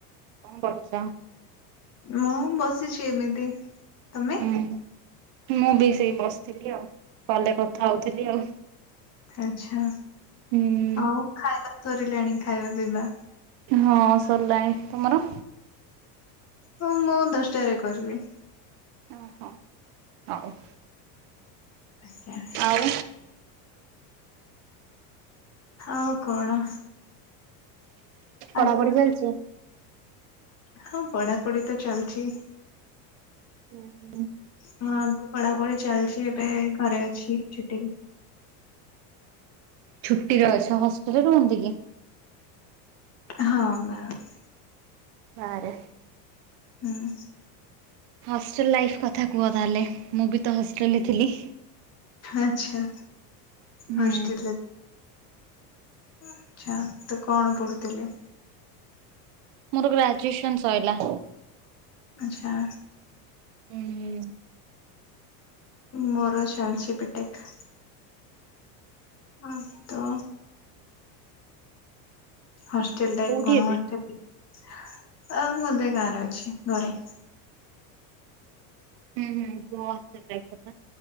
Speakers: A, on the right; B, on the left.
A: କଣ କରୁଚ?
B: ମୁଁ ବସିଛି ଏମିତି। ତମେ?
A: ହୁଁ ମୁଁ ବି ସେଇ ବସିଥିଲି ଆଉ। କଲରେ କଥା ହଉଥିଲି ଆଉ।
B: ଆଚ୍ଛା,
A: ହୁଁ
B: ଆଉ ଖାଇବା ସରିଲାଣି ଖାଇବା ପିଇବା।
A: ହଁ ସରିଲାଣି। ତମର?
B: ହଁ ମୁଁ ଦଶଟାରେ କରିବି।
A: ଓହୋ ହଉ।
B: ଆଜ୍ଞା
A: ଆଉ
B: ଆଉ କଣ? ଆଜି
A: ପଢାପଢି ଚାଲିଚି?
B: ହଁ ପଢାପଢି ତ ଚାଲିଚି।
A: <inaudible>
B: ହଁ ଏମତି ପଢ଼ାପଢ଼ି ଚାଲିଚି ଏବେ ଘରେ ଅଛି ଛୁଟିରେ।
A: ଛୁଟିରେ ଅଛ ହଷ୍ଟେଲରେ ରୁହନ୍ତି କି?
B: ହଁ ବାସ୍।
A: ବାହାରେ।
B: ହୁଁ।
A: ହଷ୍ଟେଲ ଲାଇଫ କଥା କୁହ ତାହେଲେ। ମୁଁ ବି ତ ହଷ୍ଟେଲରେ ଥିଲି।
B: ଆଚ୍ଛା
A: ହୁଁ
B: ହଷ୍ଟେଲ ଆଚ୍ଛା ତୁ କଣ ପଢୁଥିଲୁ?
A: ମୋର ଗ୍ରାଜୁଏସନ ସରିଲା।
B: ଆଚ୍ଛା।
A: ହୁଁ।
B: ମୋର ଚାଲିଛି ବିଟେକ୍। ଉଁ। ତ ହଷ୍ଟେଲ
A: କୋଉଠି
B: <unintelligible>
A: ଏବେ?
B: ମୁଁ ଏବେ ଗାଁରେ ଅଛି ଘରେ।
A: ହୁଁ ହୁଁ କୁହ ହଷ୍ଟେଲ ଲାଇଫ କଥା।